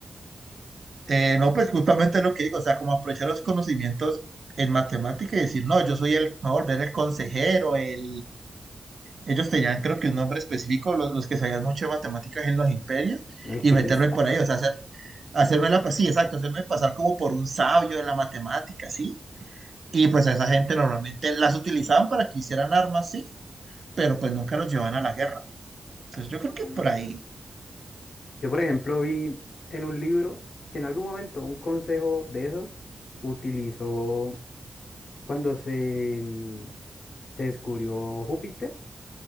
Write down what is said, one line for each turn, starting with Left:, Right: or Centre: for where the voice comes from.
Right: Eh, no, pues justamente lo que digo, o sea, como aprovechar los conocimientos en matemática y decir, no, yo soy el, me voy a volver el consejero, el, Ellos tenían, creo que un nombre específico, los, los que sabían mucho de matemáticas en los imperios,
Left: un alquimista.
Right: y meterme por ahí, o sea, hacer, hacerme la, sí, exacto, hacerme pasar como por un sabio de la matemática, ¿sí? Y pues a esa gente normalmente las utilizaban para que hicieran armas, sí, pero pues nunca los llevaban a la guerra. Entonces yo creo que
Left: Ujú.
Right: por ahí.
Left: Yo, por ejemplo, vi en un libro que en algún momento un consejo de esos utilizó cuando se, mm, se descubrió Júpiter,